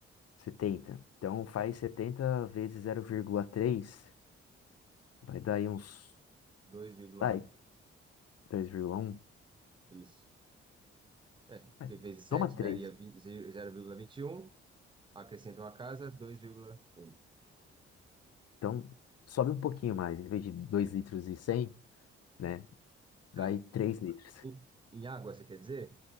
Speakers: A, on the left; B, on the right.
A: setenta Então faz setenta vezes zero vírgula três vai dar aí uns,
B: dois vírgula
A: vai,
B: um,
A: 2,1.
B: Isso. É, porque
A: É,
B: vezes sete
A: Toma três
B: daria vinte zero vírgula vinte e um, Acrescenta uma casa, dois vírgula um.
A: Então sobe um pouquinho mais, em vez de dois litros e cem né? Vai
B: Tá.
A: 3 litros
B: Em, em água, você quer dizer?